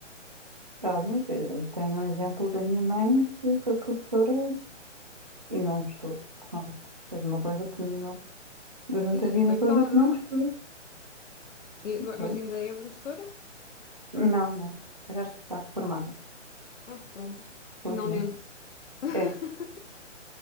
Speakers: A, on the right; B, on the left.
A: Olha, eu tenho o exemplo da minha mãe que foi professora e, e não gostou. Pronto, fez uma coisa que não- durante
B: Ih,
A: a vida
B: coitada.
A: toda que não gostou.
B: E agora-
A: Pois.
B: mas ainda é professora?
A: Não, não. Já está formada,
B: Ah, pronto. Finalmente.
A: felizmente.
B: <laughs>
A: É,